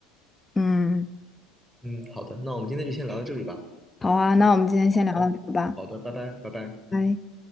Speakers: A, on the left; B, in the centre.
A: 嗯，
B: 嗯，好的，那我们今天就先聊到这里吧。
A: 好啊，那我们今天先聊到这吧，
B: 哦，好的，拜拜，拜拜。
A: 拜。